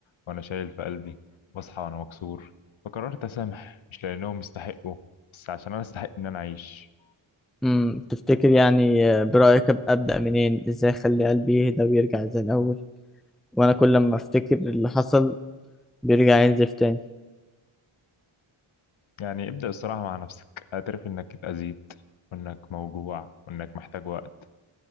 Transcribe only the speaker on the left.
وأنا شايل في قلبي بصحى وأنا مكسور فقررت أسامح مش لأنهم استحقوا بس عشان أنا أستحق إن أنا أعيش
يعني ابدأ الصراحة مع نفسك اعترف إنك اتأذيت وإنك موجوع وإنك محتاج وقت